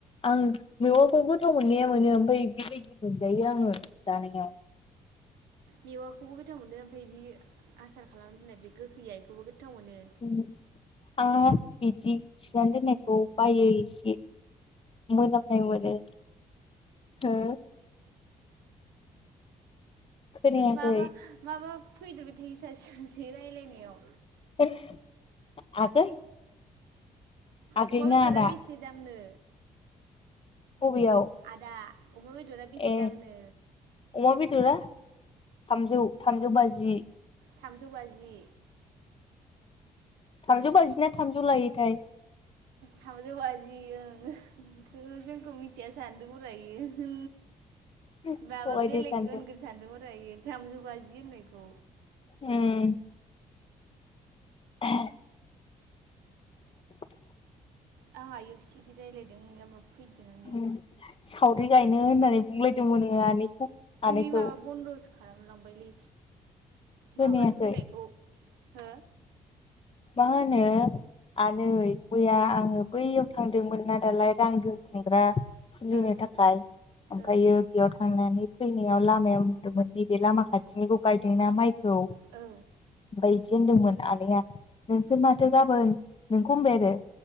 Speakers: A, on the left; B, on the right.
A: <unintelligible> मेवाखौ गोथाव मोननाया मोनो ओमफ्राय बेबायदि मोनजायो आङो जानायाव।
B: मेवाखौबो गोथाव मोनो ओमफ्राय बिदि आसार खालामनानै दोननाय बे गोखैया इखौबो गोथाव मोनो।
A: <unintelligible> आंहा बिदि थिनानै दोननायखौ बायो एसे। मोनामनाय मोनो। हो खोनायाखै
B: माबा-माबा फैदेरबाय थायो सासे-सासे रायलायनायाव।
A: <unintelligible> आगै आगैना
B: अमा बेदरा
A: आदा
B: बेसे दामनो?
A: अबियाव?
B: आदा अमा बेदरा बेसे
A: ए
B: दामनो
A: अमा बेदरा थामजौ-थामजौ बाजि।
B: थामजौ बाजि।
A: थामजौ बाजिना थामजौ लायोथाय।
B: थामजौ बाजि ओं खोब जोंखौ मिथिया सानदोंमोनरा इयो हो
A: थगायदो
B: माबा बेलेग
A: सानदों
B: होनगोन सानदोंमोनरा इयो थामजौ बाजि होननायखौ।
A: ओम। <unintelligible> <inaudible>
B: आंहा इयाव सिरि रायज्लायदों इहा माबा फैदोनानै
A: उम सावरि गायनो होननानै बुंलायदोंमोन आङो आनैखौ।
B: ओइबे
A: आनैखौ
B: माबा बन्दसो खालामलांबायलै
A: खोनायाखै
B: माबानो होनायखौ। हो।
A: मा होनो आनै मैया आङो बैयाव थांदोंमोन ना दालाय रां दोनथुमग्रा खुलिनो
B: ओ
A: थाखाय ओमफ्रायो
B: ओ
A: बेयाव थांनानै फैनायाव लामायाव नुदोंमोन नैबे लामा खाथिनिखौ गायदोंना माइखौ।
B: औ।
A: ओमफ्राय बिदि होन्दोंमोन आनैया नोंसोर
B: उम
A: माथो गाबोन नोंखौ होनबाय आरो